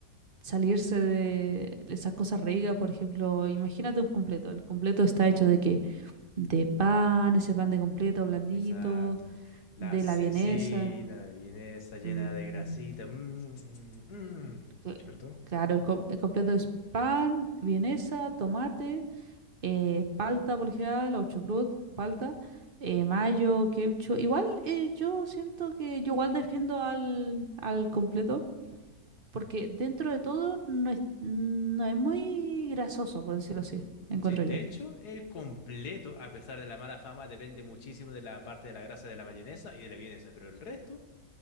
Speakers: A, on the right (about 40°); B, on the left (about 65°).
A: salirse de de esas cosas ricas, por ejemplo, imagínate un completo. El completo está hecho de qué? De pan, ese pan de completo blandito,
B: Exacto. La
A: de
B: cecina,
A: la vienesa.
B: la vienesa llena
A: Mm.
B: de grasita. mm, mm, mm, mm,
A: Cl-
B: ¿Cierto?
A: Claro, el, co- el completo es pan, vienesa, tomate, eh, palta por lo general, o chucrut, palta, eh, mayo, queucho. Igual eh, yo siento que yo igual defiendo al, al completo, porque dentro de todo no es, no es muy grasoso, por decirlo así, encuentro
B: Sí, de
A: yo.
B: hecho, el completo, a pesar de la mala fama, depende muchísimo de la parte de la grasa de la mayonesa y de la vienesa, pero el resto